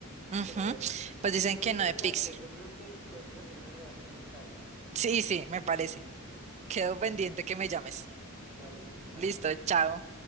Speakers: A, on the right; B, in the centre.
A: Ujú,
B: Pero bueno,
A: Pues dicen
B: estuvo
A: que
B: interesante.
A: no de Pixar.
B: Yo creo que podemos hacer una revancha más tarde.
A: Sí, sí, me parece. Quedo pendiente
B: <laughs>
A: que me llames.
B: Vale, bye.
A: Listo, chao.